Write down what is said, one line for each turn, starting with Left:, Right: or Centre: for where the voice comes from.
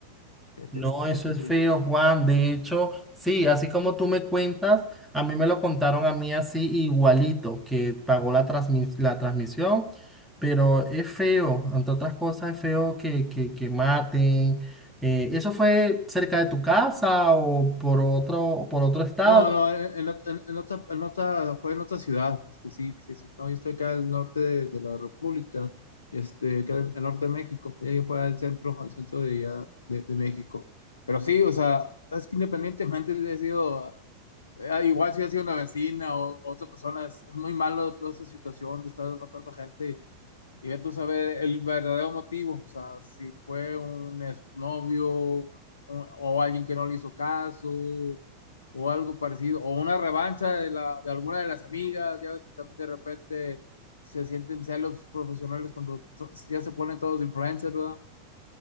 Left: Fíjate,
Centre: No, eso
Left: eso
Centre: es
Left: sí.
Centre: feo, Juan. De hecho, sí, así como tú me cuentas, a mí me lo contaron a mí así igualito, que pagó la transmis- la transmisión, pero es feo, entre otras cosas, es feo que, que, que maten. Eh, ¿eso fue cerca de tu casa o por otro, por otro estado?
Left: No, no, en, en, en- otra, en otra- fue en otra ciudad, este, sí, sí, sí, no, yo estoy acá al norte de, de la República, este, acá en el norte de México, y ella fue al centro, al centro de, allá de, de México, pero sí, o sea, es que independientemente de haya sido, eh, igual si ha sido una vecina o otra persona, es, es muy malo toda esa situación de estar matando gente, y ves tú saber el verdadero motivo, o sea, si fue un exnovio un- o alguien que no le hizo caso o algo parecido, o una revancha de, la, de alguna de las amigas, ya ves que también de repente se sienten celos profesionales cuando to- ya se ponen todos influencers, ¿verdad?